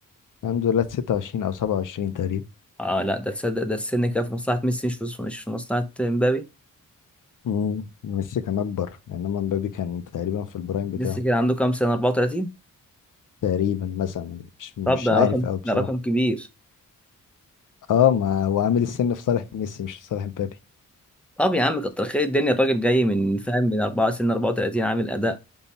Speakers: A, on the left; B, in the centre.
A: الحمد لله 26 او 27 تقريبا
B: اه لا ده تصدق ده السن كان في مصلحه ميسي مش في مش في مصلحه مبابي
A: امم ميسي كان اكبر انما مبابي كان تقريبا في البرايم بتاعه
B: ميسي كان عنده كام سنه 34
A: تقريبا مثلا مش مش
B: طب ده
A: عارف
B: رقم
A: قوي بصراحه
B: ده رقم كبير
A: اه ما هو عامل السن في صالح ميسي مش في صالح مبابي
B: طب يا عم كتر خير الدنيا الراجل جاي من فاهم من 4 سن 34 عامل اداء